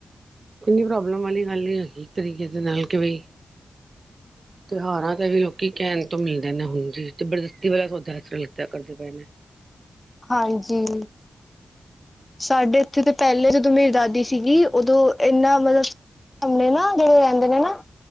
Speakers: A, on the right; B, on the left.
A: ਕਿੰਨੀ ਪ੍ਰੋਬਲਮ ਵਾਲੀ ਗੱਲ ਨਹੀਂ ਹੈਗੀ, ਤਰੀਕੇ ਦੇ ਨਾਲ ਕਿ ਬਈ ਤਿਉਹਾਰਾਂ ਤੇ ਵੀ ਲੋਕੀ ਕਹਿਣ ਤੋਂ ਮਿਲਨਾ ਨੇ ਹੁਣ ਜੀ, ਜ਼ਬਰਦਸਤੀ ਵਾਲਾ ਸੌਦਾ ਆਜ ਕੱਲ ਲੱਗਦਾ ਐ ਕਰਦੇ ਪਏ ਨੇ
B: ਹਾਂਜੀ ਸਾਡੇ ਇੱਥੇ ਤਾਂ ਪਹਿਲੇ ਜਦੋਂ ਮੇਰੀ ਦਾਦੀ ਸੀਗੀ, ਉਦੋਂ ਇੰਨਾ ਮਤਲਬ ਸਾਹਮਣੇ ਨਾ ਜਿਹੜੇ ਰਹਿੰਦੇ ਨੇ ਨਾ,